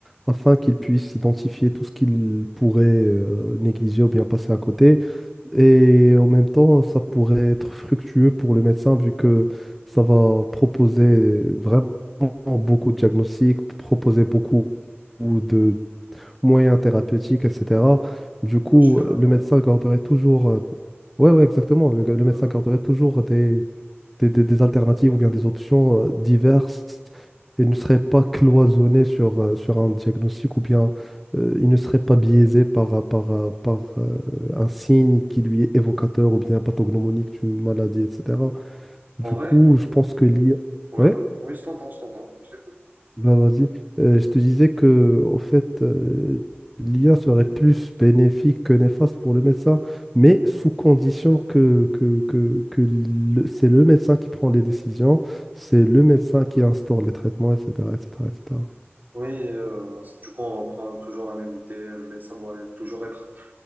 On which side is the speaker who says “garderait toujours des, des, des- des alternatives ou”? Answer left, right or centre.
Centre